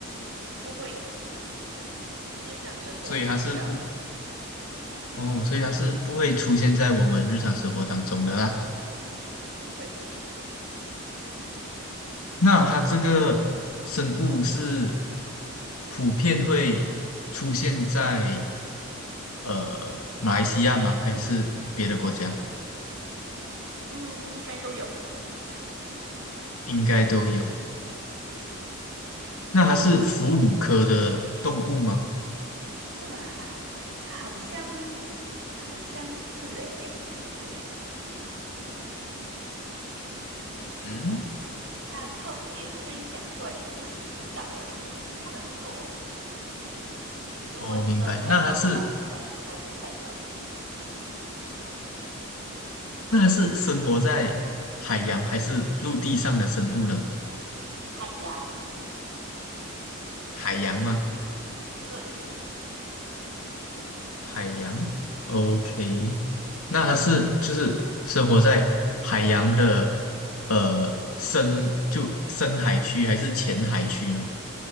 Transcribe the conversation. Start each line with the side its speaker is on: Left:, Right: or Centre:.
Right: 不会，日常生活看不到，
Left: 所以它是不，哦，所以它是不会出现在我们日常生活当中的啦。
Right: 嗯，不会，
Left: 那它这个生物是普遍会出现在。呃马来西亚吗？还是别的国家？
Right: 嗯，应该都有。
Left: 应该都有。那它是哺乳科的动物吗？
Right: 哇，它好像，它好像是诶，诶，不是诶，
Left: 嗯，
Right: 哦，它很特别，这个一讲出来你可能就知道了，不能说。如果你生物很好的话，
Left: 哦，明白。那它是
Right: 你应该很快就猜到。
Left: 那它是生活在海洋还是陆地上的生物呢？
Right: 海洋，
Left: 海洋吗？
Right: 对，
Left: 海洋，OK。那它是就是生活在海洋的呃深就深海区还是浅海区呢？